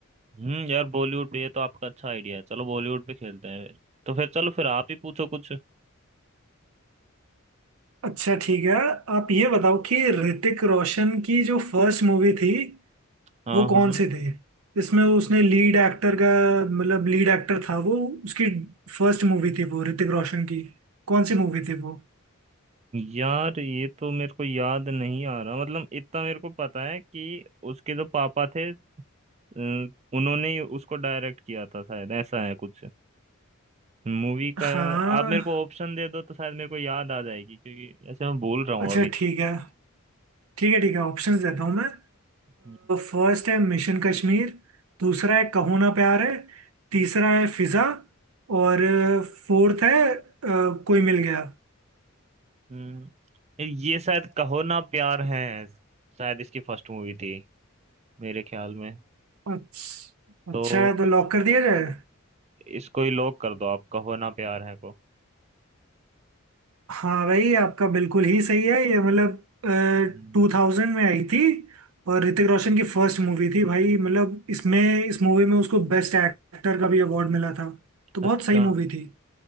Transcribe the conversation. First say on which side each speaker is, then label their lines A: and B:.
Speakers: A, on the right; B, on the right.
A: हम्म यार बॉलीवुड पे ये तो आपका अच्छा आइडिया है चलो बॉलीवुड पे खेलते हैं फिर तो फिर चलो फिर आप ही पूछो कुछ
B: अच्छा ठीक है आप ये बताओ कि ऋतिक रोशन की जो फर्स्ट मूवी थी
A: हाँ
B: वो कौन
A: हाँ
B: सी थी इसमें उसने लीड एक्टर का मतलब लीड एक्टर था वो उसकी फर्स्ट मूवी थी वो ऋतिक रोशन की कौन सी मूवी थी वो
A: यार ये तो मेरे को याद नहीं आ रहा मतलब इतना मेरे को पता है कि उसके जो पापा थे अ, उन्होंने ही उसको डायरेक्ट किया था शायद ऐसा है कुछ मूवी का यार
B: हाँ
A: आप मेरे को ऑप्शन दे दो तो शायद मेरे को याद आ जाएगी क्योंकि ऐसे मैं भूल रहा हूँ
B: अच्छा ठीक है ठीक है ठीक है ऑप्शंस देता हूँ मैं
A: अभी
B: फर्स्ट है मिशन कश्मीर दूसरा है कहो ना प्यार है तीसरा है फिजा और फोर्थ है अ, कोई मिल गया
A: हम्म ये शायद कहो ना प्यार है शायद इसकी फर्स्ट मूवी थी मेरे ख्याल में
B: अच्छा
A: तो
B: अच्छा तो लॉक कर दिया जाए
A: इसको ही लॉक कर दो आप कहो ना प्यार है को
B: हाँ भाई आपका बिल्कुल ही सही है ये मतलब
A: हम्म,
B: टू थाउजेंड में आई थी और ऋतिक रोशन की फर्स्ट मूवी थी भाई मतलब इसमें इस मूवी में उसको बेस्ट एक्टर का भी अवार्ड मिला था तो बहुत
A: अच्छा
B: सही मूवी थी